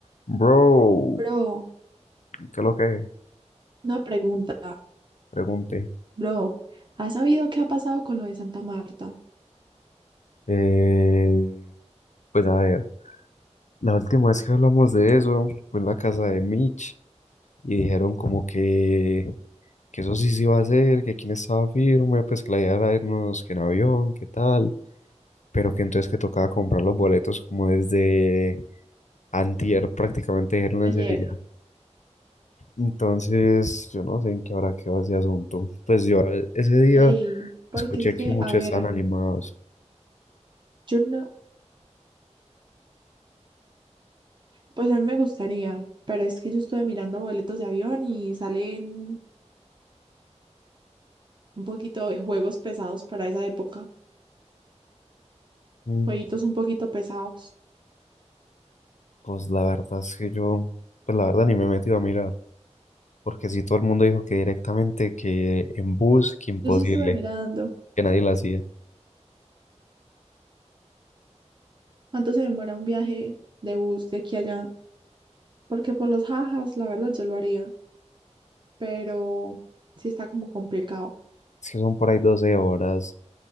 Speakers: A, on the left (about 80°); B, on the right (about 40°).
A: Bro,
B: Bro,
A: ¿qué es lo que? es?
B: una pregunta.
A: Pregunté.
B: Bro, ¿has sabido qué ha pasado con lo de Santa Marta?
A: Eh, pues a ver, la última vez que hablamos de eso fue en la casa de Mitch y dijeron como que, que eso sí se iba a hacer, que quién estaba firme, pues que la idea era irnos que en avión, qué tal, pero que entonces que tocaba comprar los boletos como desde antier prácticamente dijeron
B: Ayer.
A: ese día. Entonces, yo no sé en qué habrá quedado ese asunto. Pues yo eh, ese día
B: Ey, porque
A: escuché
B: es que,
A: que muchos
B: a ver,
A: estaban animados.
B: yo no, pues a mí me gustaría, pero es que yo estuve mirando boletos de avión y salen un poquito de juegos pesados para esa época,
A: Mm,
B: jueguitos un poquito pesados.
A: Pues la verdad es que yo, pues la verdad ni me he metido a mirar, porque si todo el mundo dijo que directamente, que en bus, que imposible,
B: Yo sí estuve mirando
A: que nadie la hacía.
B: cuánto se demora un viaje de bus de aquí a allá, porque por los jajas, la verdad, yo lo haría, pero sí está como complicado.
A: Es que son por ahí 12 horas.